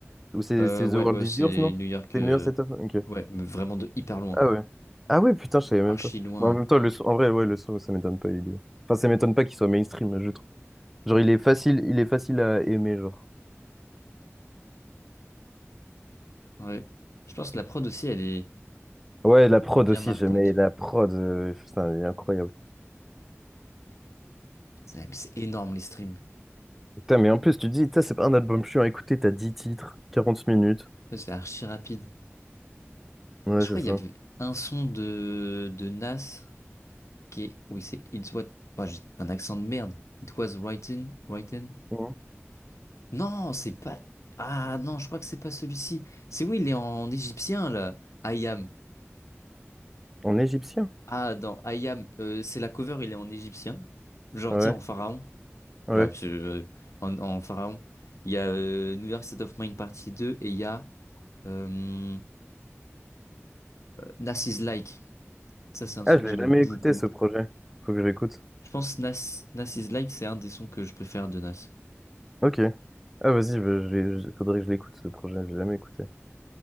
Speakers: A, in the centre; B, on the left.
A: Ou c'est
B: Euh,
A: c'est
B: ouais,
A: The World
B: ouais,
A: is
B: c'est
A: Yours, non?
B: New York.
A: C'est
B: euh,
A: New York Set of... Ok.
B: Ouais, mais vraiment de hyper loin.
A: Ah ouais. Ah ouais, putain, je savais même
B: Archi
A: pas.
B: loin.
A: Mais en même temps, le son- en vrai, ouais, le son, ça m'étonne pas. Il est... Enfin, ça m'étonne pas qu'il soit mainstream, je trouve. Genre, il est facile, il est facile à aimer, genre.
B: Ouais. Je pense que la prod aussi, elle est,
A: Ouais, la prod
B: elle est bien
A: aussi,
B: marquante.
A: j'aimais la prod. euh, putain, elle est incroyable.
B: C'est mais c'est énorme les streams.
A: Putain, mais en plus, tu te dis, putain, c'est pas un album chiant à écouter, t'as dix titres, quarante minutes.
B: Ça, C'est archi rapide.
A: Ouais,
B: Je
A: c'est
B: crois qu'il
A: ça.
B: y avait un son de, de Nas qui est. Oui, c'est It's What. Ouais, j'ai un accent de merde. It was written. Written.
A: Mhm.
B: Non, c'est pas. Ah non, je crois que c'est pas celui-ci. C'est oui, il est en égyptien là. I am.
A: En égyptien?
B: Ah, dans Ayam, c'est la cover, il est en égyptien. Genre,
A: Ouais,
B: tu sais, en pharaon.
A: ouais.
B: Enfin, je- euh, en, en pharaon. Il y a euh, New York State of Mind partie deux et il y a euh, Nas is Like. Ça, c'est un son
A: Ah, je
B: que
A: l'ai
B: j'aime
A: jamais
B: beaucoup.
A: écouté, ce projet. Faut que je l'écoute.
B: Je pense Nas, Nas is Like, c'est un des sons que je préfère de Nas.
A: Ok. Ah, vas-y, je- je- je- faudrait que je l'écoute, ce projet, je l'ai jamais écouté.